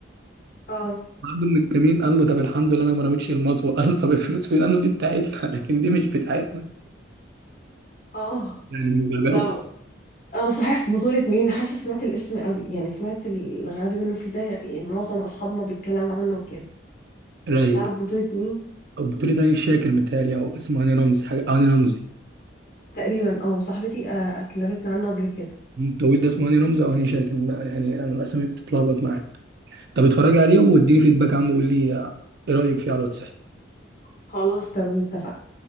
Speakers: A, on the left; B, on the right.
A: اه
B: بعد من الكمين قال له طب الحمد لله انا ما رميتش المطوه <laughs> قال له طب الفلوس فين قال له دي بتاعتنا <laughs> لكن دي مش بتاعتنا
A: اه
B: يعني من غبائه
A: طب اه صحيح في بطولة مين حاسه سمعت الاسم قوي يعني سمعت الغبي منه فيه ده يعني معظم اصحابنا بيتكلموا عنه وكده
B: رايق
A: تعرف بطولة مين
B: طب بتقولي هاني شاكر متهيألي او اسمه هاني رمزي حاجه آه، هاني رمزي
A: تقريبا اه صاحبتي آه، كلمتنا عنه قبل كده
B: الطويل ده اسمه هاني رمزي او هاني شاكر ما- يعني انا الاسامي بتتلخبط معايا طب اتفرجي عليه واديني فيدباك عنه وقول لي ايه رايك فيه على الواتساب
A: خلاص تمام اتفقنا